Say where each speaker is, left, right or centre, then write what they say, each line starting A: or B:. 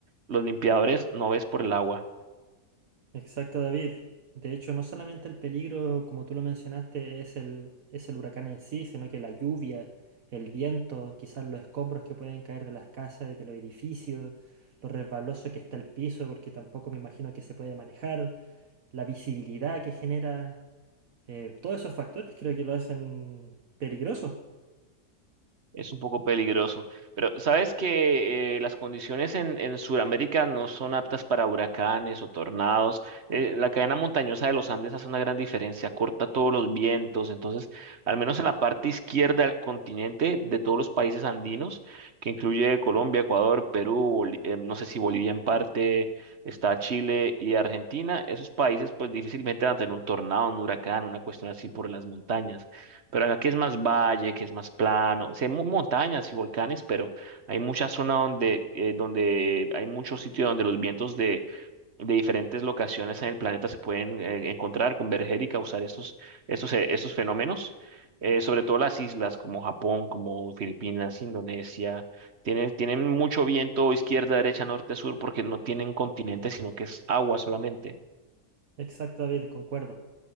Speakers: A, on the right; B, on the right.
A: los limpiadores, no ves por el agua.
B: Exacto, David. De hecho, no solamente el peligro, como tú lo mencionaste, es el, es el huracán en sí, sino que la lluvia, el viento, quizás los escombros que pueden caer de las casas y de los edificios, lo resbaloso que está el piso, porque tampoco me imagino que se puede manejar, la visibilidad que genera, eh, todos esos factores creo que lo hacen peligroso.
A: Es un poco peligroso, pero sabes que eh, las condiciones en, en Sudamérica no son aptas para huracanes o tornados. Eh, la cadena montañosa de los Andes hace una gran diferencia, corta todos los vientos. Entonces, al menos en la parte izquierda del continente de todos los países andinos, que incluye Colombia, Ecuador, Perú, Boli- eh, no sé si Bolivia en parte, está Chile y Argentina, esos países pues difícilmente van a tener un tornado, un huracán, una cuestión así por las montañas. Pero acá que es más valle, que es más plano, sí hay mo- montañas y volcanes, pero hay mucha zona donde, eh, donde hay muchos sitios donde los vientos de, de diferentes locaciones en el planeta se pueden eh, encontrar, converger y causar estos, estos, eh, estos fenómenos. Eh, sobre todo las islas como Japón, como Filipinas, Indonesia, tienen, tienen mucho viento izquierda, derecha, norte, sur, porque no tienen continente, sino que es agua solamente.
B: Exacto, David, concuerdo.